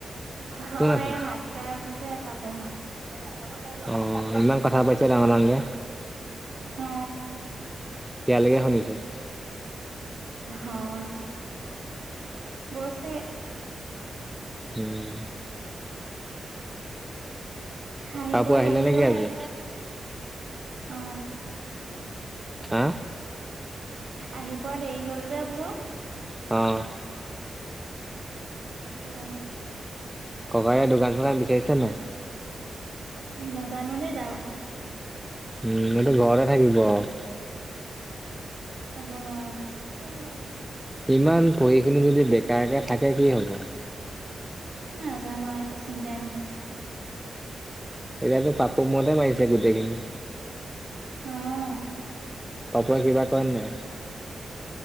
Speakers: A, on the right; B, in the centre.
A: হয়,
B: কোন আছে
A: এই ভাত খাই উঠিছে পাপ অ, নালাগে আঁঠুৱা খন পাৰি লোৱা
B: অ ইমান কথা পাতিছে ডাঙৰ
A: মই
B: ডাঙৰকে
A: গৈছোঁ। অ।
B: ইয়ালৈকে শুনিছোঁ।
A: হয়, গৈছে।
B: উম।
A: আহি
B: পাপু
A: পোৱা
B: আহিলে
A: দেৰি
B: নেকি
A: যে?
B: আজি?
A: অ।
B: হা?
A: আহি পোৱা দেৰি হল যে বোলো?
B: অঁ।
A: এইটো কাৰণে।
B: ককায়ে দোকান- চোকান বিচাৰিছে নাই?
A: নাজানো দেই তাৰ কথা।
B: উম, এইটো ঘৰতে থাকিব আৰু।
A: ক'ব নোৱাৰো।
B: ইমান পঢ়ি শুনি যদি বেকাৰকে থাকে কি হ'ব?
A: নাজানো একো চিন্তাই নকৰে।
B: এতিয়াতো পাপুৰ মূৰতে মাৰিছে, গোটেইখিনি।
A: অ।
B: পাপুৱে কিবা কয় নে নাই?